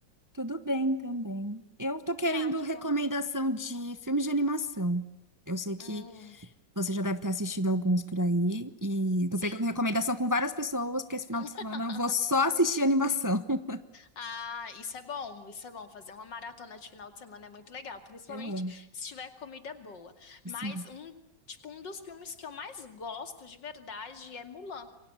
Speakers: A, on the right; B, on the left.
A: Tudo bem também. Eu tô querendo
B: Ah, que
A: recomendação
B: bom.
A: de filmes de animação. Eu sei que
B: Hum,
A: você já deve ter assistido alguns por aí e tô
B: sim.
A: pegando recomendação com várias pessoas, porque esse final
B: <laughs>
A: de semana eu vou só assistir animação. <laughs>
B: Ah, isso é bom, isso é bom. Fazer uma maratona de final de semana é muito legal, principalmente
A: Eu amo,
B: se tiver comida boa.
A: sim,
B: Mas um, tipo, um dos filmes que eu mais gosto de verdade é Mulan.